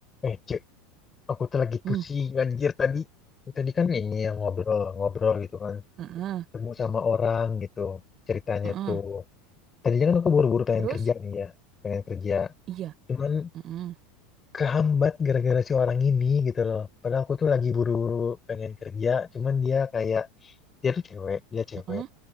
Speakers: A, on the left (about 25°); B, on the right (about 40°).
A: Eh, cek, aku tuh lagi
B: Mmm,
A: pusing anjir tadi. Tadi kan ini yang ngobrol, ngobrol gitu kan.
B: heeh
A: Ketemu sama orang gitu ceritanya
B: heeh.
A: tuh. Tadinya kan aku buru-buru pengen
B: Terus?
A: kerja nih ya, pengen kerja.
B: Iya,
A: Cuman
B: mhm,
A: kehambat gara-gara si orang ini gitu loh. Padahal aku tuh lagi buru-buru pengen kerja, cuman dia kayak dia tuh cewek, dia cewek.
B: heeh